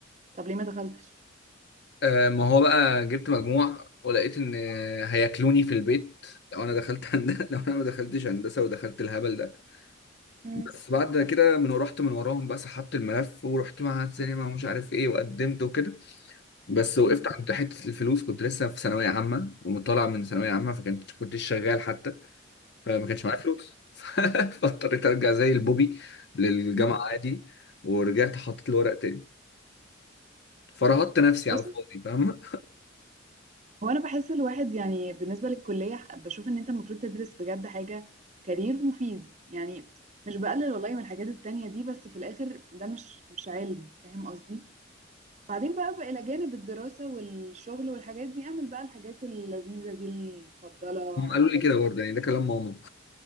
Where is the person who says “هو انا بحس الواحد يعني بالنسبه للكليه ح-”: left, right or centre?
Right